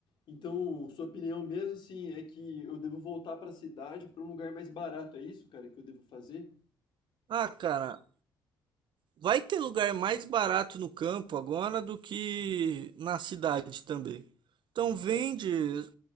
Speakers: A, on the left (about 65°); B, on the right (about 65°).
A: Então, sua opinião mesmo, assim, é que eu devo voltar pra cidade, pra um lugar mais barato, é isso, cara, que eu devo fazer?
B: Ah, cara, vai ter lugar mais barato no campo agora do que na cidade também. Então vende,